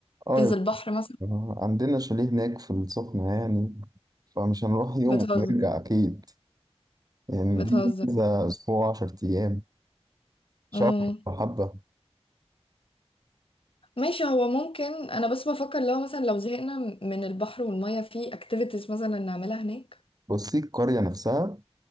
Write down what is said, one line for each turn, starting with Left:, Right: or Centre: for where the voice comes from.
Right: اه
Left: تنزل
Right: يا
Left: بحر مثلا
Right: باشا، عندنا شاليه هناك في السخنة يعني فمش هنروح يوم
Left: بتهزر
Right: ونرجع أكيد يعني
Left: بتهزر
Right: دي كذا أسبوع عشر أيام شهر
Left: امم
Right: أو حبة
Left: ماشي هو ممكن انا بس بفكر لو مثلا لو زهقنا من البحر والمية في اكتيفيتيز مثلا نعملها هناك
Right: بصي القرية نفسها